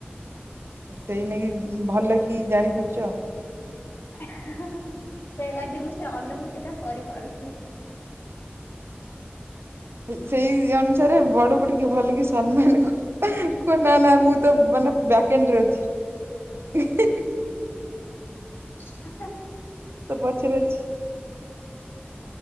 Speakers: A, on the right; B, on the left.
A: ସେଇ ନେଇକି ଭଲ କି ଜାଣିପାରୁଛ ଆଉ।
B: <unintelligible> ସେଇ ଲାଗି ମୁଁ ସେ ଅନୁଭୂତି ତ କରିପାରୁଛି।
A: ସେଇ ଅନୁସାରେ ବଡକୁ ଟିକେ ଭଲ କି ସମ୍ମାନ କରି କୁହ ନା ନା ମୁଁ ତ ବ୍ୟାକେଣ୍ଡରେ ଅଛି‌ <unintelligible>
B: <unintelligible>
A: ତୋ ପଛେରେ ଅଛି।